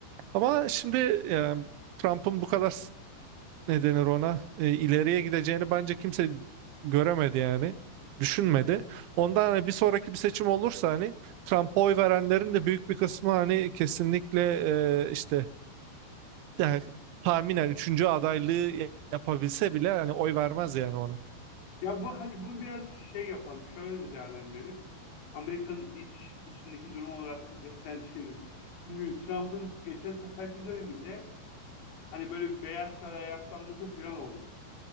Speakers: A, on the right; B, on the left.
A: Ama şimdi yani Trump'ın bu kadar ne denir ona e, ileriye gideceğini bence kimse göremedi yani düşünmedi. Ondan hani bir sonraki bir seçim olursa hani Trump'a oy verenlerin de büyük bir kısmı hani kesinlikle e, işte yani tahminen üçüncü adaylığı yapabilse bile hani oy vermez yani ona.
B: Ya bu hadi bunu biraz şey yapalım. Şöyle de değerlendirelim. Amerika'nın iç içindeki durum olarak da değerlendirelim. Çünkü Trump'ın geçen seferki döneminde hani böyle bir Beyaz Saray'a ayaklanması falan oldu.